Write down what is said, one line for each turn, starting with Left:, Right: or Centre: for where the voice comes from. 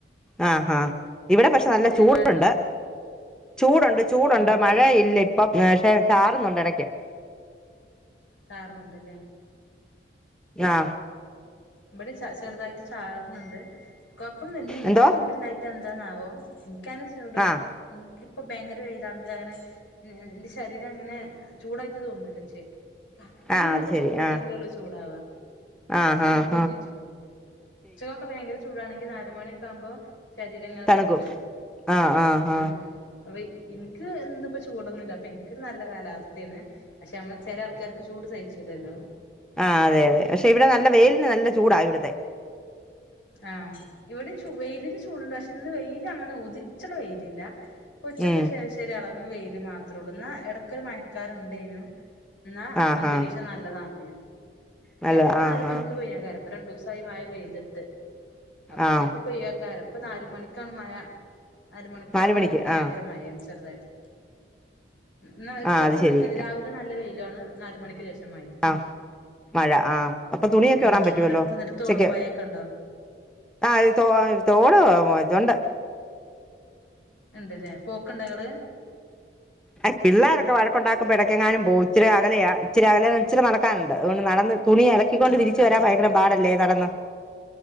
Centre: ആ ആഹ് ഇവിടെ പക്ഷെ നല്ല ചൂടുണ്ട്
Left: മഴണ്ടോ
Centre: ചൂടുണ്ട് ചൂടുണ്ട്
Left: ആഹ്
Centre: മഴ ഇല്ല ഇപ്പം ചാറുന്നുണ്ട് ഇടക്ക്
Left: ചാറണുണ്ടല്ലേ
Centre: ആഹ്
Left: ഇവിടെ ച ചെറുതായിട്ട് ചാർണണ്ട് കൊഴപ്പൊന്നുല്ല എനിക്ക്
Centre: എന്തോ
Left: ചൂടിലായിട്ട് എന്താന്നാവോ ഇക്കാന് ചൂട്
Centre: ആഹ്
Left: ഇപ്പ ഭയങ്കര വെയിലാണെങ്കിൽ അങ്ങനെ എന്റെ ശരീരം അങ്ങനെ ചൂടായിട്ട് തോനുല്ലച്ചേ അത്രയും
Centre: ആഹ്
Left: നല്ല
Centre: അത് ശരി
Left: ചൂടുണ്ടെങ്കിലുള്ളു
Centre: ആഹ്
Left: ചൂടാവാ
Centre: ആഹ് ഹാ
Left: കൊഞ്ചിച്ചു ഉച്ചകൊക്കെ ഭയങ്കര ചൂടാണെങ്കിൽ നാല് മണിയൊക്കെ ആകുമ്പോ ശരീരം ഇങ്ങനെ
Centre: തണുക്കും
Left: തണുത്ത് വരും
Centre: ആഹ് ആഹ് ആഹ്
Left: ആ അപ്പൊ ഇൻക്ക് ഇന്ന് ഇപ്പോ ചൂടൊന്നുല്ല അപ്പൊ ഇൻക്ക് നല്ല കാലാവസ്ഥയാണ് പക്ഷെ നമ്മള് ചെല ആൾക്കാർക്ക് ചൂട് സഹിച്ചുല്ലല്ലോ
Centre: ആ അതെ അതെ പക്ഷെ ഇവിടെ നല്ല വെയിലിന് നല്ല ചൂടാ ഇവിടത്തെ
Left: ആ ഇവിടെയും വെയിലിന് ചൂടുണ്ട് പക്ഷെ ഇന്ന് വെയിലാണ് ഉദിച്ചണ വെയിലില്ല ഉച്ചക്ക്
Centre: ഉം
Left: ശേഷം ഒരു എളം വെയില് മാത്രള്ളു എന്ന എടക്ക് ഒരു മഴക്കാറുണ്ടേനു എന്നാ
Centre: ആഹ്
Left: അന്തരീക്ഷം
Centre: ആഹ്
Left: നല്ലതാണെനു
Centre: നല്ല
Left: ചെലപ്പോ
Centre: ആഹ്
Left: നാല് മണിക്ക്
Centre: ആഹ്
Left: പെയ്യകാരം പ്പ രണ്ടു ദിസായി മഴ പെയ്തിട്ട് അപ്പ
Centre: ആഹ്
Left: ചെപ്പ പെയ്യക്കാരപ്പ നാല് മണിക്കാണ് മഴ അരമണിക്കൂറിന്
Centre: നാല് മണിക്ക്
Left: അങ്ങിട്ട് ഭയങ്കര
Centre: ആഹ്
Left: മയാണ് ചെറുതായിട്ട് എന്ന ഉച്ചക്ക്
Centre: ആഹ് അത് ശരി
Left: രാവിലെ നല്ല വെയിലാണ് നാല് മണിക്ക് ശേഷം മഴയും
Centre: ആ മഴ ആഹ അപ്പൊ തുണിയൊക്കെ
Left: ഉം
Centre: ഓറാൻ പറ്റുവല്ലോ
Left: നിങ്ങടെ അടുത്ത് എന്നിട്ട് തോടും
Centre: ഉച്ചക്ക്
Left: പൊഴയൊക്കെ ഉണ്ടോ
Centre: ആ ത് തോ തോട് ഇതൊണ്ട്
Left: ഉണ്ട്ല്ലേ പോക്ക്ണ്ടങ്ങള്
Centre: അ പിള്ളോരക്ക വഴക്കണ്ടാക്കുമ്പോ ഇടയ്ക്കങ്ങാനും പോ ഇച്ചിരി അകലെയ ഇച്ചരി അകല ഇച്ചിരി നടക്കാനുണ്ട് അണ്ട് നടന്ന് തുണി അലക്കിക്കൊണ്ട്
Left: നട
Centre: തിരിച്ചു
Left: ആഹ്
Centre: വരാൻ ഭയക്കണം പാടല്ലേ നടന്ന്